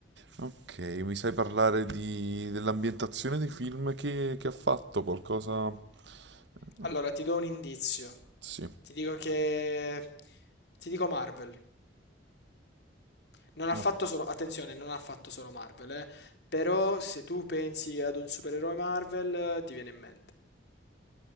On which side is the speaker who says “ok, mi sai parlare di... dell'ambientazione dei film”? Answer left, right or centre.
Right